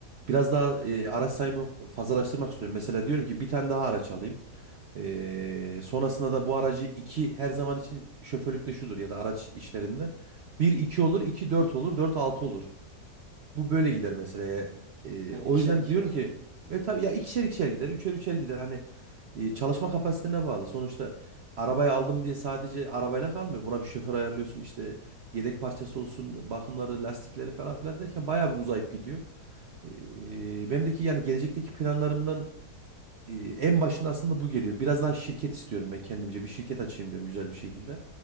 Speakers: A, on the right; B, on the right.
A: biraz daha eee, araç sayımı fazlalaştırmak istiyorum. Mesela diyorum ki bir tane daha araç alayım. Eee, sonrasında da bu aracı iki her zaman için şoförlükte şudur ya da araç işlerinde. Bir iki olur, iki dört olur, dört altı olur. Bu böyle gider mesela. ya. E,
B: Ha,
A: o
B: ikişer
A: yüzden
B: ikişer.
A: diyorum ki e tabii ya ikişer ikişer gider, üçer üçer gider. Hani e, çalışma kapasitene bağlı. Sonuçta arabayı aldım diye sadece arabayla kalmıyor. Buna bir şoför ayarlıyorsun işte yedek parçası olsun, bakımları, lastikleri falan filan derken bayağı bir uzayıp gidiyor. E, benimdeki yani gelecekteki planlarımdan e, en başında aslında bu geliyor. Biraz daha şirket istiyorum ben kendimce. Bir şirket açayım diyorum güzel bir şekilde.